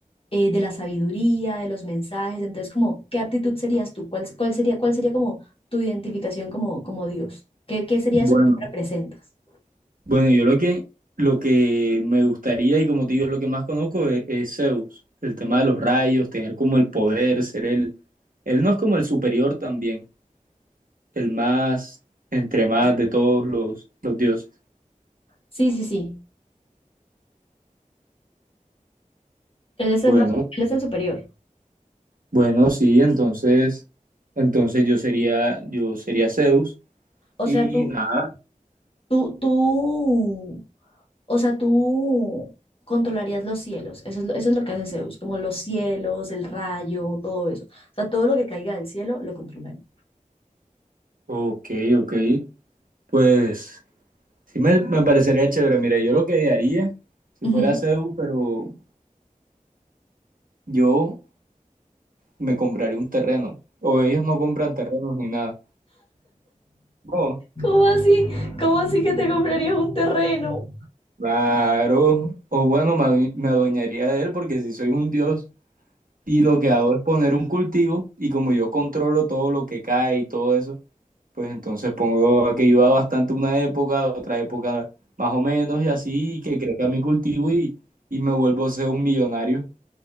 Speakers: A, on the left; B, on the right.
A: eh, de la sabiduría, de los mensajes. Entonces, como, ¿qué aptitud serías tú? ¿Cuál, cuál sería, cuál sería como tu identificación como, como Dios? ¿Qué, qué sería
B: Bueno,
A: eso que tú representas?
B: bueno, yo lo que, lo que me gustaría y como te digo es lo que más conozco es, es Zeus, el tema de los rayos, tener como el poder, ser el, él no es como el superior también, el más, entre más de todos los, los dioses.
A: Sí, sí, sí. Él es
B: Bueno,
A: el más, él es el superior.
B: bueno, sí, entonces, entonces yo sería, yo sería Zeus
A: O
B: y
A: sea, tú,
B: nada,
A: tú, tú, o sea, tú controlarías los cielos. Eso es, lo- eso es lo que hace Zeus, como los cielos, el rayo, todo eso. O sea, todo lo que caiga del cielo lo controlaría.
B: ok, ok, pues sí me, me parecería chévere, mira, yo lo que haría si
A: Ujú.
B: fuera Zeus, pero yo... me compraría un terreno. O ellos no compran terrenos ni nada. No,
A: ¿Cómo así? ¿Cómo así que te comprarías un terreno?
B: claro. O bueno, me, adue- me adueñaría de él porque si soy un dios y lo que hago es poner un cultivo y como yo controlo todo lo que cae y todo eso, pues entonces pongo a que llueva bastante una época, otra época más o menos y así, y que crezca mi cultivo y, y me vuelvo a ser un millonario.